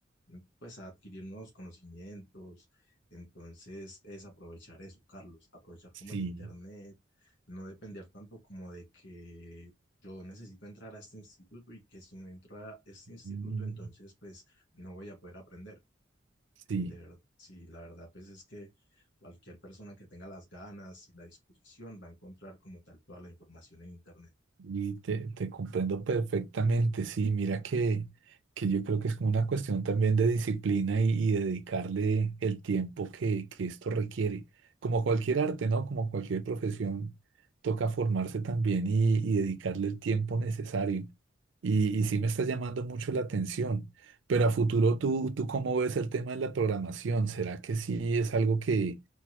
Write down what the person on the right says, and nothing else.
Sí.
Mm,
Sí.
Y te, te comprendo perfectamente, sí, mira que, que yo creo que es como una cuestión también de disciplina y, y dedicarle el tiempo que, que esto requiere. Como cualquier arte, ¿no? Como cualquier profesión, toca formarse también y, y dedicarle el tiempo necesario. Y, y sí me está llamando mucho la atención, pero a futuro tú, ¿tú cómo ves el tema de la programación? ¿Será que sí es algo que,